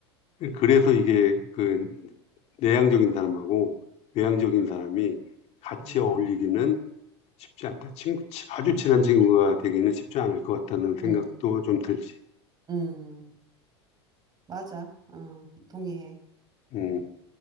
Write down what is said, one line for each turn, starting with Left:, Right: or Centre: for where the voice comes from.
Left: 그래서 이게 그 내향적인 사람하고 외향적인 사람이 같이
Right: 음,
Left: 어울리기는 쉽지 않다. 친구, 치- 아주 친한 친구가 되기는 쉽지 않을 것 같다는 생각도
Right: 음,
Left: 좀 들지.
Right: 음. 맞아. 어, 동의해. 어.
Left: 음,